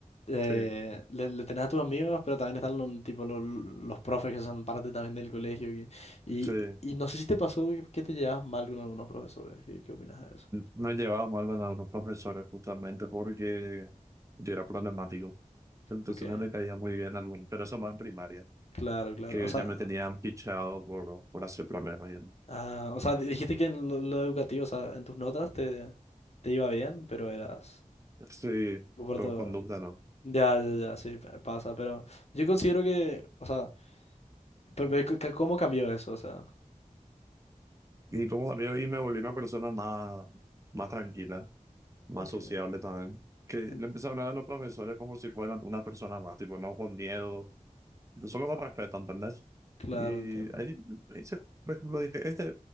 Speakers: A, on the left (about 50°); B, on the right (about 25°).
A: eh,
B: sí,
A: le, le tenés a tus amigos, pero también están los, tipo, los, los profes que son parte también del colegio. que- y,
B: sí.
A: y no sé si te pasó que, que te llevas mal con algunos profesores. ¿Qué, qué opinas de eso?
B: No llevaba mal con algunos profesores justamente porque yo era problemático. Entonces
A: Ok,
B: no le caía muy bien a algunos, pero eso más en primaria,
A: claro, claro.
B: que
A: O sea,
B: ya me tenían fichado por, por hacer problemas. y-
A: ah, o sea, dijiste que en lo, lo educativo, o sea, en tus notas te, te iba bien, pero eras...
B: Sí,
A: comporto-
B: por conducta no.
A: Ya, ya, ya, sí, pa- pasa, pero yo considero que, o sea, pe- pe- ca- ¿cómo cambió eso? O sea...
B: Y como también ahí me volví una persona más, más tranquila, más
A: Ok,
B: sociable también, que le
A: en-
B: empecé a hablar a los profesores como si fueran una persona más, tipo, no con miedo, solo me respetan, ¿entendés?
A: claro,
B: Y
A: entiendo.
B: ahí, ahí se- pues, lo dije, este,